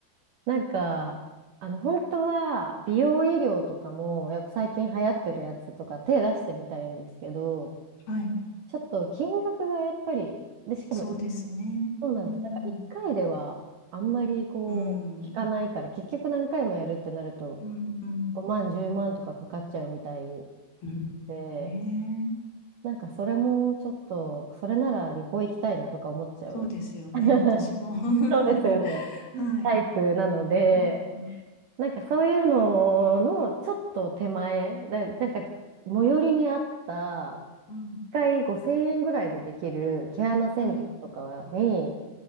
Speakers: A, on the right (about 60°); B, on the left (about 50°).
A: なんか、あの、本当は美容医療とかも、やっぱ最近流行ってるやつとか手出してみたいんですけど、
B: はい。
A: ちょっと金額がやっぱり、で、しかも
B: そうですね。
A: そうなんです。
B: うん。
A: なんか一回ではあんまりこう効かないから、
B: うん。
A: 結局何回もやるってなると
B: うん。うん。
A: 5万、10万とかかかっちゃうみたい
B: うんねえ。
A: で、なんかそれもちょっと、それなら旅行行きたいなとか思っちゃう。
B: そうですよね。
A: <laughs>
B: 私も <laughs>
A: そうですよ
B: はい。
A: ね。タイプなので、
B: うんうん
A: なんかそういうののちょっと手前、だ、なんか最寄りにあった1回5000円ぐらいでできる毛穴洗浄とかに
B: うん。はい。